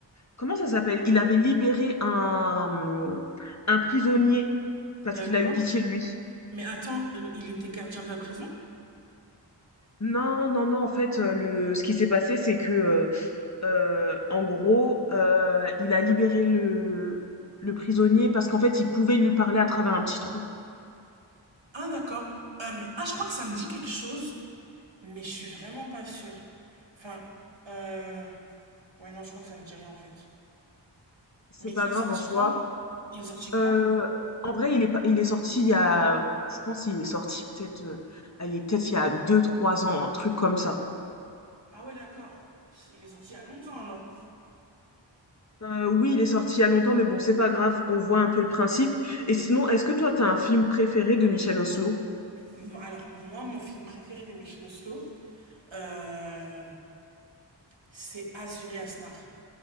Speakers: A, on the left (about 35°); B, on the right (about 85°).
A: comment ça s'appelle? Il avait libéré un, mmh, un prisonnier parce
B: D'accord.
A: qu'il a eu pitié de lui.
B: Mais attends, euh, il était gardien de la prison?
A: Non, non, non, en fait, heu, le ce qui s'est passé, c'est que, heu, Heu, en gros, heu, il a libéré le le prisonnier parce qu'en fait, il pouvait lui parler à travers un petit trou.
B: Ah, d'accord. Euh, mais- ah, je crois que ça me dit quelque chose, mais je suis vraiment pas sûre. Enfin, euh... ouais, non, je crois que ça me dit rien en fait.
A: C'est
B: Mais
A: pas
B: il
A: grave
B: est sorti
A: en soi.
B: quand Il est sorti quand
A: Heu, en vrai, il est pas il est sorti il y a je pense il est sorti peut-être, heu, allez, peut-être il y a deux, trois ans, un truc comme ça.
B: Ah ouais, d'accord. Il est sorti il y a longtemps alors.
A: Heu, oui, il est sorti il y a longtemps, mais bon, c'est pas grave, on voit un peu le principe. Et sinon, est-ce que toi, t'as un film préféré de Michel Oslo?
B: M- Alors, moi, mon film préféré de Michel Oslo, euh, c'est Azur et Asmar.